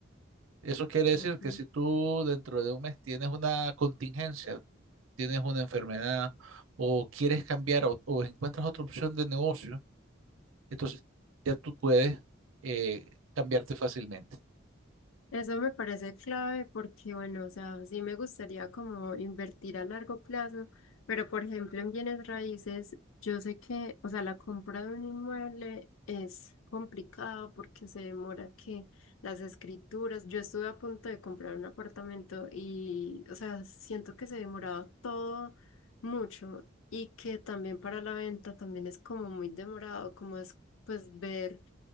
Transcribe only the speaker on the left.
ujú.
Eso me parece clave porque, bueno, o sea, sí me gustaría como invertir a largo plazo, pero por ejemplo en bienes raíces, yo sé que, o sea, la compra de un inmueble es complicado porque se demora que las escrituras, yo estuve a punto de comprar un apartamento y, o sea, siento que se demoraba todo mucho y que también para la venta también es como muy demorado, como es pues ver